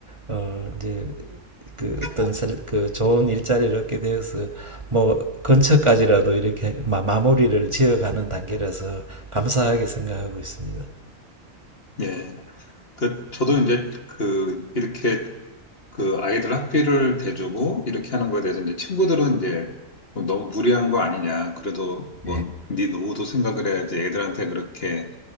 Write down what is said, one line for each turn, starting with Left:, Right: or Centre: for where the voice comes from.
Right: 어 이제 그 어떤 그 좋은 일자리를 얻게 되어서 뭐 근처까지라도 이렇게 마, 마무리를 지어가는 단계라서 감사하게 생각하고 있습니다.
Left: 예. 그, 저도 이제 그, 이렇게 그 아이들 학비를 대주고 이렇게 하는 거에 대해서 이제 친구들은 이제 좀 너무 무리한 거 아니냐. 그래도 뭐,
Right: 네.
Left: 네 노후도 생각을 해야지 애들한테 그렇게